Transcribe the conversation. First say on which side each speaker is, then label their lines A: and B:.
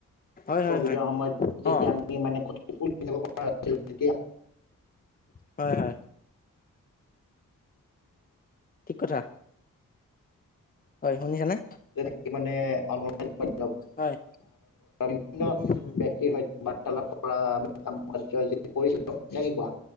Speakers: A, on the left; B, on the left.
A: হয় হয়
B: কভিডৰ
A: হয়
B: সময়ত যেতিয়া
A: অ
B: আমি কতো ওলাই যাব পৰা নাছিলো তেতিয়া।
A: হয় হয়। ঠিক কথা, হয় শুনিছা নে?
B: যেনেকে মানে অনলাইন <unintelligible>
A: হয়
B: বিভিন্ন
A: উম
B: ব্যক্তিৰ সৈতে বাৰ্তালাপ কৰা কাম কৰিছিলো না কি কোৱা?